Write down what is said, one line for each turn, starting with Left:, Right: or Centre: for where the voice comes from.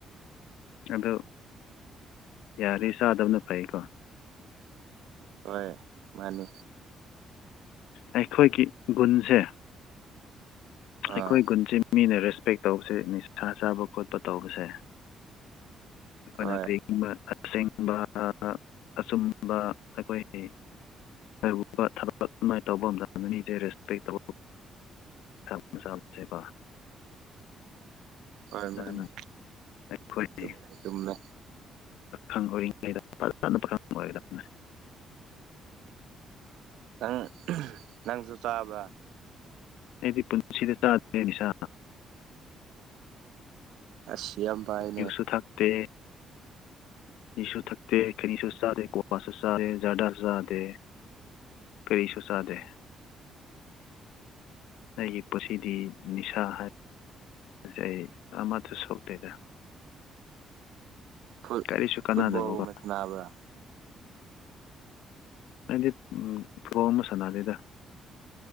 Left: ꯑꯗꯨ ꯌꯥꯔꯗꯤ ꯆꯥꯗꯕꯅ ꯐꯩꯀꯣ
Right: ꯍꯣꯏ ꯃꯥꯅꯤ
Left: ꯑꯩꯈꯣꯏꯒꯤ ꯒꯨꯟꯁꯦ
Right: ꯑꯥ
Left: ꯑꯩꯈꯣꯏ ꯒꯨꯟꯁꯦ ꯃꯤꯅ ꯔꯦꯁꯄꯦꯛ ꯇꯧꯕꯁꯦ ꯅꯤꯁꯥ ꯆꯥꯕ ꯈꯣꯠꯄ ꯇꯧꯕꯁꯦ ꯑꯩꯈꯣꯏꯅ
Right: ꯍꯣꯏ
Left: <unintelligible> ꯑꯁꯦꯡꯕ ꯑꯆꯨꯝꯕ ꯑꯩꯈꯣꯏꯒꯤ <unintelligible> ꯇꯧꯕ ꯃꯇꯝꯗ ꯃꯤꯁꯦ ꯔꯦꯁꯄꯦꯛ ꯇꯧ
Right: <inaudible>
Left: <unintelligible>
Right: ꯍꯣꯏ ꯃꯥꯅꯤ
Left: ꯑꯗꯨꯅ ꯑꯩꯈꯣꯏ
Right: ꯆꯨꯝꯃꯦ ꯆꯨꯝꯃꯦ
Left: ꯄꯥꯈꯪ ꯑꯣꯏꯔꯤꯉꯩꯗ <unintelligible> <unintelligible>
Right: ꯅꯪ <unintelligible> ꯅꯪꯁꯨ ꯆꯥꯕ꯭ꯔ
Left: ꯑꯩꯗꯤ ꯄꯨꯟꯁꯤꯗ ꯆꯥꯗ꯭ꯔꯤ ꯅꯤꯁꯥ
Right: ꯑꯁ ꯌꯥꯝꯕꯥꯥꯏ
Left: ꯌꯨꯁꯨ ꯊꯛꯇꯦ ꯌꯨꯁꯨ ꯊꯛꯇꯦ ꯈꯩꯅꯤꯁꯨ ꯆꯥꯗꯦ ꯀꯋꯥꯁꯨ ꯆꯥꯗꯦ ꯖꯔꯗꯥꯁꯨ ꯆꯥꯗꯦ ꯀꯔꯤꯁꯨ ꯆꯥꯗꯦ ꯑꯩꯒꯤ ꯄꯨꯟꯁꯤꯗꯤ ꯅꯤꯁꯥ ꯍꯥꯏꯕꯁꯦ ꯑꯩ ꯑꯃꯠꯇ ꯁꯣꯛꯇꯦꯗ
Right: ꯐꯨꯠ
Left: ꯀꯔꯤꯁꯨ ꯀꯥꯟꯅꯗꯕꯀꯣ
Right: ꯐꯨꯠꯕꯣꯜꯒꯨꯝꯕ ꯁꯅꯥꯕ꯭ꯔ
Left: ꯑꯩꯗꯤ ꯑꯝ ꯐꯨꯠꯕꯣꯜ ꯒꯨꯝꯕ ꯁꯥꯟꯅꯗꯦꯗ